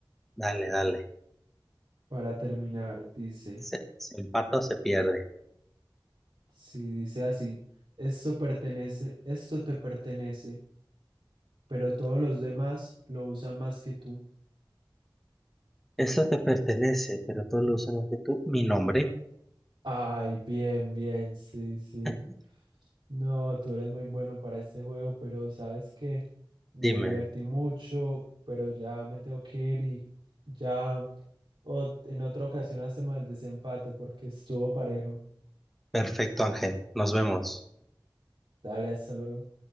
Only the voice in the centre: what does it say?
dale, dale.
Se, se empata o se pierde.
Eso te pertenece, pero todos lo usamos que tú. Mi nombre,
<laughs>
dime.
Perfecto Ángel, nos vemos.